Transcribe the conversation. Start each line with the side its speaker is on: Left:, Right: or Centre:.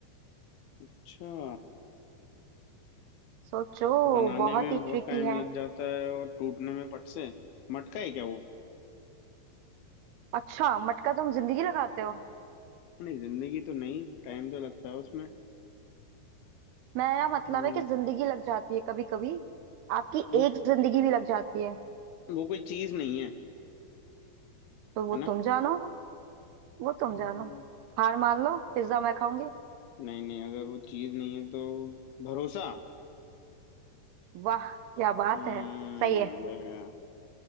Left: अच्छा
Right: सोचो
Left: बनाने
Right: बहुत
Left: में
Right: ही
Left: बहुत
Right: ट्रिकी
Left: टाइम
Right: है
Left: लग जाता है और टूटने में फट से मटका है क्या वो
Right: अच्छा मटका तुम जिंदगी लगाते हो
Left: नहीं जिंदगी तो नहीं टाइम तो लगता है उसमें
Right: मेरा मतलब
Left: हम्म
Right: है कि जिंदगी लग जाती है कभी कभी आपकी
Left: वो
Right: एक जिंदगी भी लग जाती है
Left: वो कोई चीज नहीं है
Right: तो वो
Left: है ना
Right: तुम जानो वो तुम
Left: हम्म,
Right: जानो हार मान लो पिज्जा मैं खाऊंगी
Left: नहीं नहीं अगर वो चीज नहीं है तो भरोसा
Right: वाह क्या बात
Left: हम्म
Right: है सही है
Left: बढ़िया।